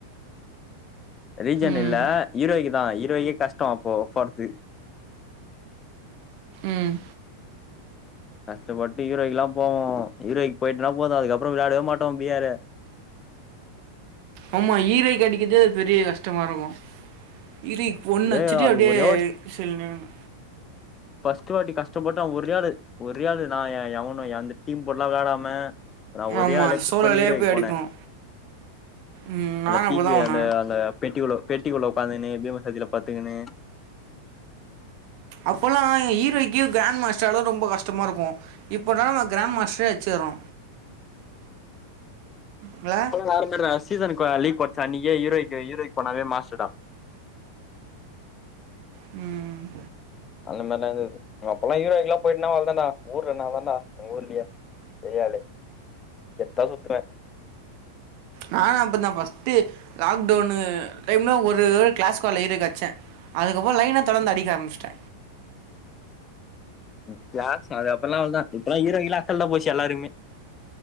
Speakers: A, on the left (about 25°); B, on the right (about 45°).
A: ரீஜன்
B: ம்
A: இல்ல ஈரோயிக்கில்ல ஈரோயிக்கே கஷ்டோ அப்போ போரத்து
B: ம்
A: கஷ்டப்பட்டு ஹீரோயிகெல்லா போவோ ஹரோயிக்கி போயிட்டோனா போதோ அதுகப்றோ வெளாடவே மாட்டோ பியாரு
B: ஆமா ஈரோயிக்கெடிக்கறதே பெரிய கஷ்டமா இருக்கோ இரிக் ஒன்னு
A: டே
B: அச்சிட்டு
A: அது
B: அப்டியே
A: ஒரே
B: செல்னேர்ந்த
A: ஃபர்ட்டு வாட்டி கஷ்டப்பட்டு அவ ஒரே ஆளு ஒரே ஆளு நா ஏ எவனு அந்த டீம்போட்லா வேளாடாம நா ஒரே
B: ஆமாம்
A: ஆளே புஷ்
B: சோலோலே
A: பண்ணி ஈரோயிக்கு
B: போய் அடிப்போம்
A: போனே
B: ம், நானும்
A: அந்த பீக்கு
B: அப்படி தான் ஒன்று
A: அந்த அந்த பெட்டிவுள்ள பெட்டிவுள்ள ஒக்காந்துகுன்னு பீமசத்தில பத்துக்குன்னு
B: அப்போல்லா ஹீரோகி கிராண்ட் மாஸ்டரால ரொம் ரொம்ப கஷ்டமாருக்கோ இப்போலா நா கிராண் மாஸ்டரே அச்சிறோ ல
A: யார்மேலடா சீசன்க்கு லீ் கொச்ச அன்னிக்கே ஹீரோயிக்கு ஹீரோயிக்கு போனாவே மாசுதா
B: ம்
A: அந்த மாரிலா இர்ந்தது அப்போல்லா ஹரோயிக்கெல்லா போயிட்டுனா அவ்ளோ தாண்டா ஊர்ல நா தாண்டா எங்க ஊர்லயே பெரியாளு கெத்தா சுத்தற
B: நானா அப்பதா ஃபஸ்ட்டு லாக்டவுனு டைம்ல ஒரு கிளாஸ் ஸ்குவாட் ஹீரோயிக் அட்ச்சே அதுக்கப்புறோ லைனா தொடர்ந்து அடிக்க ஆரம்ச்சிட்ட
A: ஏ க்ளாஸு அது அப்ப எல்லா அவளதா இப்பல்லா ஹீரோயிக்கலா அசால்ட்டா போச்சு எல்லாருக்குமே